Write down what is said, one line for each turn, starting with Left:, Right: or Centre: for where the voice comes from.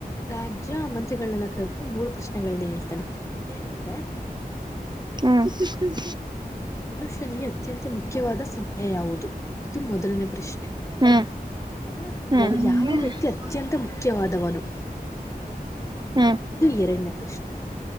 Left: ರಾಜ್ಯ ಮಂತ್ರಿಗಳನೆಲ್ಲ ಕರದ್. ಮೂರು ಪ್ರಶ್ನೆಗಳನ್ನ ಹೇಳ್ತಾನೆ ಏನಂದ್ರೆ.
Right: ಹು ಹ್ಹಿ.
Left: ಮನುಷ್ಯನಿಗೆ ಅತ್ಯಂತ ಮುಖ್ಯವಾದ ಸಮಯ ಯಾವುದು. ಇದು ಮೊದಲನೇ ಪ್ರಶ್ನೆ
Right: ಹ್ಮ್
Left: ಅಂದ್ರೆ
Right: ಹ್ಮ್
Left: ಯಾವ ವ್ಯಕ್ತಿ
Right: ಹ್ಮ್
Left: ಅದು. ಅತ್ಯಂತ ಮುಖ್ಯವಾದವನು.
Right: ಹು
Left: ಇದು ಎರಡನೇ ಪ್ರಶ್ನೆ